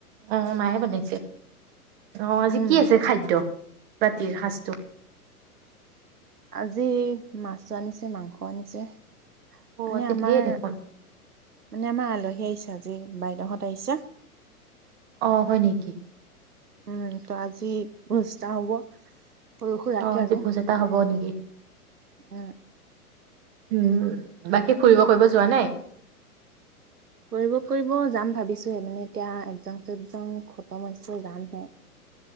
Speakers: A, on the right (about 40°); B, on the right (about 80°).
A: অ মায়ে বনাইছে? অ আজি
B: উম
A: কি আছে খাদ্য? ৰাতিৰ সাজটো?
B: আজি মাছো আনিছে মাংসও আনিছে।
A: অ
B: মানে
A: আজি
B: আমাৰ
A: ধেৰ দেখোন।
B: মানে আমাৰ আলহী আহিছে আজি। উ বাইদেউহঁত আহিছে।
A: অ হয় নেকি?
B: উম তো আজি ভোজ এটা হ'ব। সৰু সুৰাকে
A: অ আজি
B: আৰু
A: ভোজ এটা হব নেকি?
B: উম
A: উম বাকী ফুৰিব কৰিব যোৱা নাই?
B: ফুৰিব কৰিব যাম ভাবিছোহে। মানে এতিয়া একজাম চেকজাম খতম হৈছে যামহে।